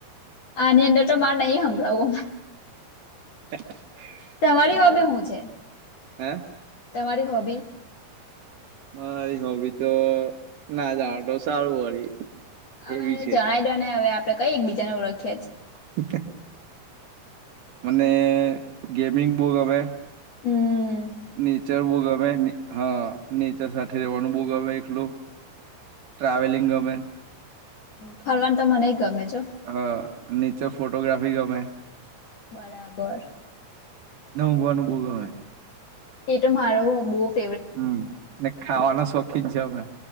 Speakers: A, on the left; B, on the right.
A: આ ની અંદર તો મારે નહી હભળાવું.
B: <unintelligible>
A: તમારી
B: સારું
A: હોબી હું છે
B: હે
A: તમારી હોબી
B: મારી હોબી તો ના જણો તો સારું વળી.
A: હવે
B: એવી છે
A: જણાવી દો ને હવે આપડે કઈ એક બીજાને ઓળખીએ છે.
B: હ હ મને ગેમિંગ બોવ ગમે.
A: હમ્મ.
B: નેચર બોગમે હા નેચર સાથે રહેેવાનું બોગમે એકલું. ટ્રાવેલિંગ ગમે.
A: ફરવાન તો મને ગમે છે.
B: અ નીચે ફોટોગ્રાફી ગમે.
A: બરાબર.
B: ન ઊંઘવાનું બહુ ગમે.
A: એ ત મારું હ બ
B: હમ્મ ને ખાવાના શોખીન છે અમે,